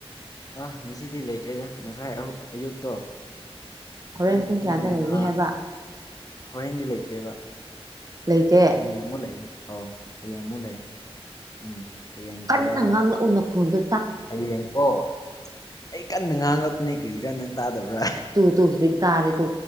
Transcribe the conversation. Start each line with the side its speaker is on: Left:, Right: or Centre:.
Left: ꯑꯥ ꯉꯁꯤꯗꯤ ꯂꯩꯇ꯭ꯔꯦꯗ ꯉꯁꯥꯏ ꯑꯌꯨꯛꯇꯣ
Right: ꯍꯣꯔꯦꯟ
Left: ꯑꯌꯨꯛ
Right: ꯄꯨꯡ ꯀꯌꯥꯗ
Left: ꯃꯉꯥ
Right: ꯂꯩꯒꯦ ꯍꯥꯏꯕ
Left: ꯍꯣꯔꯦꯟꯗꯤ ꯂꯩꯇ꯭ꯔꯦꯕ
Right: ꯂꯩꯇꯦ
Left: ꯍꯌꯦꯡ ꯑꯃꯨꯛ ꯂꯩꯔꯦ ꯑꯣ ꯍꯌꯦꯡ ꯑꯃꯨꯛ ꯂꯩꯌꯦ ꯎꯝ ꯍꯌꯦꯡ
Right: ꯀꯟꯅ
Left: ꯇꯔꯥ
Right: ꯉꯥꯡꯂꯛꯑꯣ ꯅꯈꯣꯟꯗꯨ
Left: ꯍꯌꯦꯡꯀꯣ ꯑꯩ ꯀꯟꯅ ꯉꯥꯡꯉꯛꯄꯅꯦ ꯀꯔꯤꯔꯥ ꯅꯪ ꯇꯥꯗꯕ꯭ꯔꯥ
Right: ꯇꯨ ꯇꯨ ꯇꯥꯔꯦ ꯇꯨ